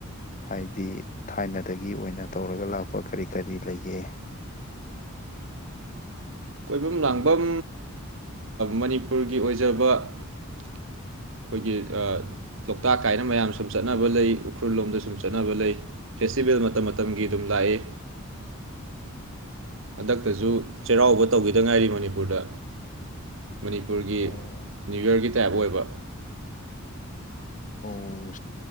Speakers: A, on the left; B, on the right.
A: ꯍꯥꯏꯗꯤ ꯊꯥꯏꯅꯗꯒꯤ ꯑꯣꯏꯅ ꯇꯧꯔꯒ ꯂꯥꯛꯄ ꯀꯔꯤ ꯀꯔꯤ ꯂꯩꯒꯦ
B: ꯀꯣꯏꯐꯝ ꯂꯥꯡꯐꯝ ꯃꯅꯤꯄꯨꯔꯒꯤ ꯑꯣꯏꯖꯕ ꯑꯩꯈꯣꯏꯒꯤ ꯂꯣꯛꯇꯥꯛ ꯀꯥꯏꯅ ꯃꯌꯥꯝ ꯁꯨꯝ ꯆꯠꯅꯕ ꯂꯩ ꯎꯈ꯭ꯔꯨꯜ ꯂꯣꯝꯗ ꯁꯨꯝ ꯆꯠꯅꯕ ꯂꯩ ꯐꯦꯁꯇꯤꯚꯦꯜ ꯃꯇꯝ ꯃꯇꯝꯒꯤ ꯑꯗꯨꯝ ꯂꯥꯛꯏ꯫ ꯍꯟꯗꯛꯇꯁꯨ ꯆꯩꯔꯥꯎꯕ ꯇꯧꯈꯤꯗ ꯉꯥꯏꯔꯤ ꯃꯅꯤꯄꯨꯔꯗ ꯃꯅꯤꯄꯨꯔꯒꯤ
A: ꯑꯣ
B: ꯅ꯭ꯌꯨ ꯌꯔꯒꯤ꯫ ꯇꯥꯏꯕ ꯑꯣꯏꯕ
A: ꯑꯣ